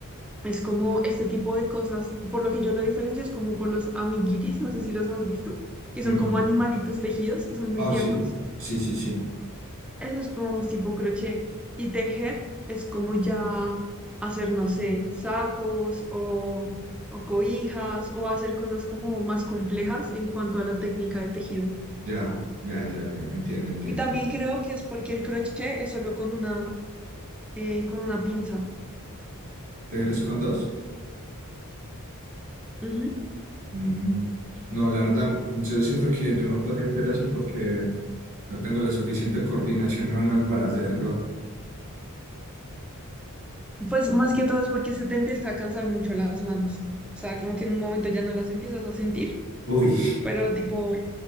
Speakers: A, in the centre; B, on the right.
A: Es como este tipo de cosas, por lo que yo lo diferencio es como por los amiguitis, no sé si los has visto, que
B: No.
A: son como animalitos tejidos, que son muy
B: Ah,
A: tiernos.
B: sí, sí, sí, sí,
A: Eso es como más tipo crochet. Y tejer es como ya hacer, no sé, sacos o, o cobijas o hacer cosas como más complejas en cuanto a la técnica de tejido.
B: ya, ya, ya, ya, entiendo, entiendo.
A: Y también creo que es porque el crochet es solo con una, eh, con una pinza.
B: Tejer es con dos.
A: Ujú.
B: Mm. No, la verdad, yo siento que yo no podría hacer eso porque no tengo la suficiente coordinación manual para hacerlo.
A: Pues más que todo es porque se te empieza a cansar mucho las manos. O sea, como que en un momento ya no las empiezas a sentir,
B: Uy,
A: pero tipo,